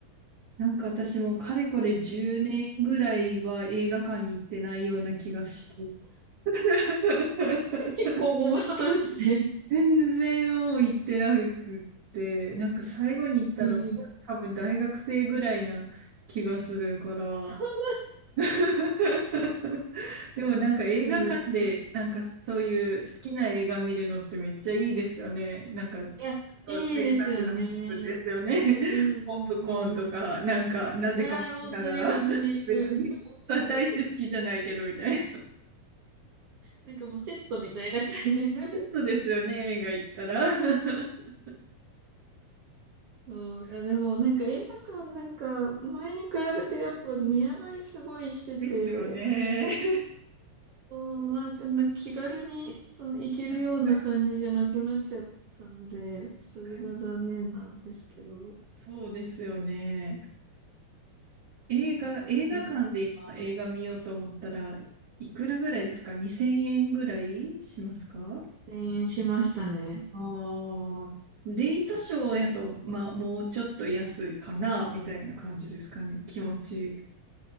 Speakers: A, on the right; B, on the right.
A: なんか私もかれこれ10年ぐらいは映画館に行ってないような気がして。<laughs>
B: 結構ご無沙汰ですね。
A: 全然もう行ってなくって、なんか最後に行ったの多分大学生ぐらいな気がするから。
B: うんうそ
A: <laughs> でもなんか映画館でなんかそういう好きな映画見るのってめっちゃいいですよね。
B: う、
A: なんか
B: いや、
A: と贅沢な気分ですよね。
B: いいですよね。
A: <laughs>
B: うんうんうんうん。
A: ポップコーンとか、
B: い
A: なんか、なぜか持ちながら、
B: やー、本当に本当に。
A: <laughs> 別に、
B: うんうん。<laughs>
A: 大して好きじゃないけど、みたいな。
B: なんかもうセットみたいな感じ。<laughs>
A: そうですよね、映画行ったら。<laughs>
B: そう。いや、でもなんか映画館なんか前に比べてやっぱ値上がりすごいしてて、
A: ですよね。<laughs>
B: そうなんか、なんか気軽にその行けるような感じじゃなくなっちゃったので、
A: 確かに、
B: それが残念なんですけど、
A: 確かに。そうですよね。映画、
B: なんかみ
A: 映画館で今、映画見ようと思ったらいくらぐらいですか ?2000 円ぐらいしますか
B: 2000円しましたね。
A: ああ、レイトショーやと、
B: うん
A: まあ、もうちょっと安いかな、みたいな感じですかね、気持ち。